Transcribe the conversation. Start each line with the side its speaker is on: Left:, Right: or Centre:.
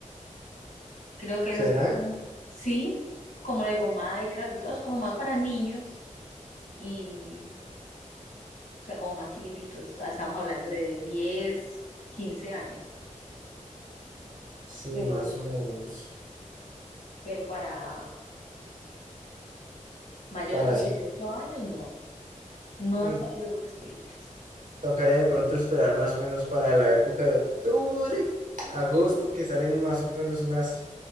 Left: Creo que
Right: ¿será?
Left: esas como, sí, como le digo, Minecraft y todo es como más para niños y, o sea, como más chiquititos. Estamos hablando de 10, 15 años.
Right: Sí,
Left: Pero
Right: más o menos.
Left: pero para mayores
Right: Para
Left: de
Right: así,
Left: 18 años no, no
Right: mm,
Left: han salido buenas películas.
Right: tocaría de pronto esperar más o menos para la época de octubre, agosto, que salen más o menos unas